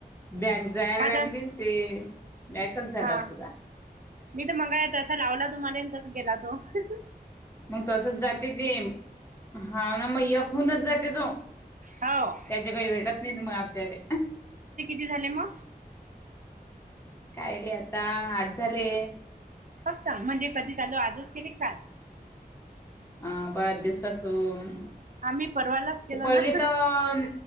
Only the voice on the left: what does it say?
बॅग जायला
लागली ते पॅकच झाला
पुरा.
मग तसच जाते ते हा ना मग यक हूनच जाते तो
त्याचे काही भेटत नाहीत मग आपल्याले
काय ले आता आठ झाले,
आ बऱ्याच दिवस पासून
पहिलीत
अन